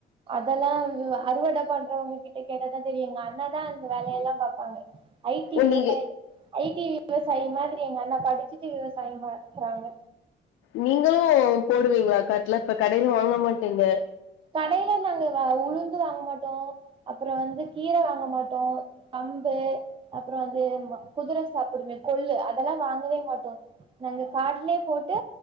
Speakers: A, on the right; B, on the left.
A: அதெல்லா துவ அறுவட பண்றவங்க கிட்ட கேட்டாதா தெரியு எங் அண்ணாதா இந்த வேலையெல்லா பாப்பாங்க ஐ டி
B: ஓ
A: விவசாயி
B: நீங்க
A: ஐ டி விவசாயி மாதிரி எங்க அண்ணா படிச்சுட்டு விவசாயம் பாக் றாங்க
B: நீங்களு போடுவீங்ளா காட்ல இப்ப கடைல வாங்க மாட்டீங்க
A: கடைல நாங்க வா உளுந்து வாங்க மாட்டோ அப்புற வந்து கீர வாங்க மாட்டோ கம்பு அப்ற வந்து ஏனுமோ குதிர சாப்டுமே கொள்ளு அதல்லா வாங்கவே மாட்டோ நாங்க காட்லே போட்டு